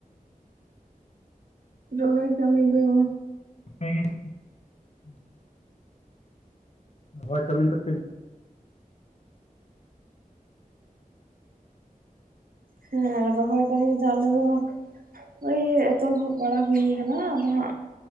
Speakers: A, on the right; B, on the left.
A: ᱨᱚᱦᱚᱭ ᱠᱟᱹᱢᱤ ᱜᱮ <inaudible>
B: <inaudible> ᱦᱩᱸ ᱦᱩᱸ᱾ ᱦᱳᱭ ᱠᱟᱹᱢᱤ ᱫᱚ ᱛᱤᱱ
A: ᱦᱮᱸ ᱨᱚᱦᱚᱭ ᱠᱟᱹᱢᱤ ᱫᱚ ᱟᱞᱮ ᱫᱚ ᱳᱭ ᱮᱛᱚᱦᱚᱵ ᱵᱟᱲᱟ ᱦᱩᱭ ᱠᱟᱱᱟ ᱟᱫᱚ ᱦᱟᱸᱜ